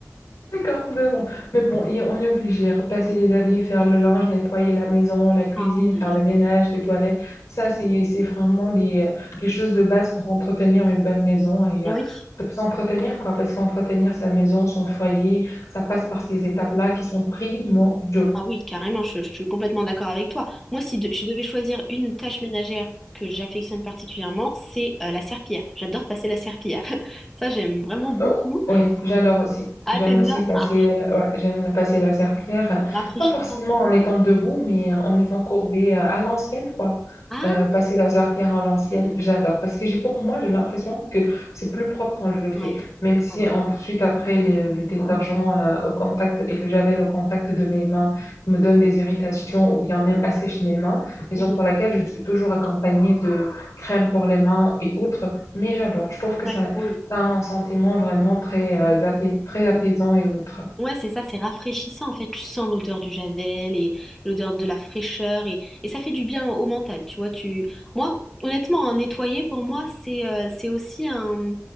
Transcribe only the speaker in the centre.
Ah oui.
Oui.
Ah oui, carrément, je, je suis complètement d'accord avec toi. Moi, si de- je devais choisir une tâche ménagère que j'affectionne particulièrement, c'est euh, la serpillière. J'adore passer la serpillière. <laughs> Ça, j'aime vraiment beaucoup.
Ah,
t'aimes
bien?
Ah,
rafraîchissant.
Ah,
ouais,
ouais.
Ah oui.
Mhm.
Ouais,
oui, oui.
Ouais, c'est ça, c'est rafraîchissant en fait. Tu sens l'odeur du javel et l'odeur de la fraîcheur et, et ça fait du bien au mental, tu vois. Tu... Moi, honnêtement, un nettoyer pour moi, c'est euh, c'est aussi un,